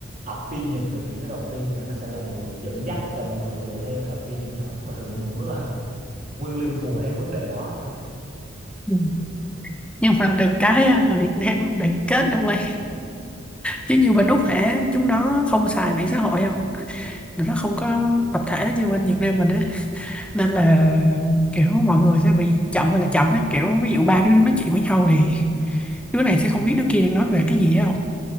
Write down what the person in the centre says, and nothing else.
ừ. nhưng mà được cái á, người Việt Nam luôn đoàn kết đâu ơi chứ như bên Úc hả chúng nó không xài mạng xã hội không Tụi nó không có tập thể như bên Việt Nam mình á nên là kiểu mọi người sẽ bị chậm hay là chậm ấy kiểu ví dụ ba đứa đang nói chuyện với nhau thì đứa này sẽ không biết đứa kia đang nói về cái gì á